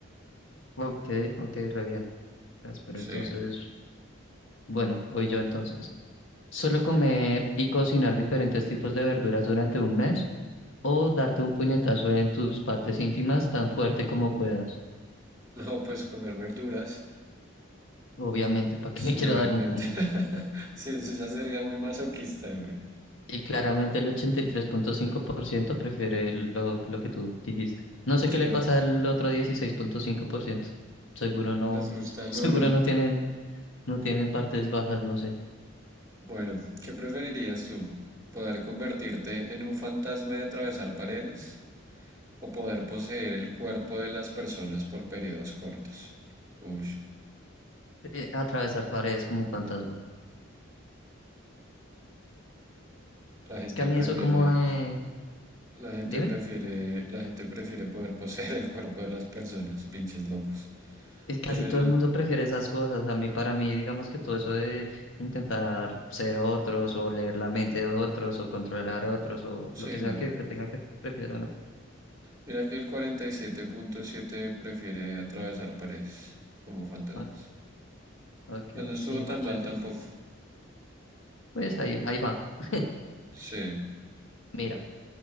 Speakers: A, on the left; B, on the right.
A: Ok, ok, re bien. Pues, Pero
B: Sí.
A: entonces, bueno, voy yo entonces. ¿Solo comer y cocinar diferentes tipos de verduras durante un mes? ¿O darte un puñetazo en tus partes íntimas tan fuerte como puedas?
B: No, pues comer verduras.
A: Obviamente, ¿para
B: Sí,
A: qué me <laughs> quiero
B: obviamente.
A: dar un, pu-
B: <laughs> Sí, eso ya sería muy masoquista, eh, güey.
A: Y claramente el ochenta y tres punto cinco por ciento prefiere lo, lo que tú dijiste. No sé
B: Sí,
A: qué le
B: obvio.
A: pasa al otro dieciséis punto cinco por ciento Seguro no,
B: Les gusta
A: <laughs>
B: el
A: seguro
B: dolor.
A: no tienen, no tienen partes bajas, no sé.
B: Bueno, ¿qué preferirías tú? ¿Poder convertirte en un fantasma y atravesar paredes? ¿O poder poseer el cuerpo de las personas por periodos cortos? Uy,
A: Eh, atravesar paredes como un fantasma.
B: la gente
A: Es que a mí
B: prefiere
A: eso como de...
B: La gente
A: Dime.
B: prefiere, la gente prefiere poder poseer el cuerpo de las personas, pinches locos.
A: Es casi
B: El,
A: todo el mundo prefiere esas cosas. A mí, para mí, digamos que todo eso de intentar ser otros o leer la mente de otros o controlar a otros o
B: sí,
A: lo que sea
B: no.
A: que, que tenga que prefiero, ¿no?
B: Mira que el 47.7 prefiere atravesar paredes como fantasmas.
A: Ah, Ok,
B: Pues no estuvo
A: sí,
B: tan
A: más chévere
B: mal tampoco.
A: Pues ahí, ahí va. <laughs>
B: Sí.
A: Mira,